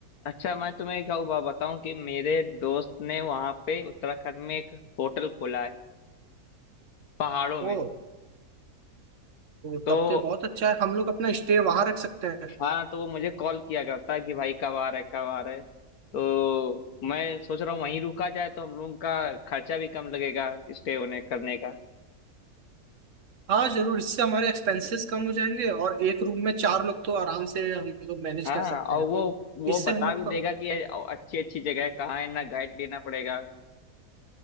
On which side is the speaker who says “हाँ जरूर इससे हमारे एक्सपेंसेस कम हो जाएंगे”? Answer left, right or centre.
Right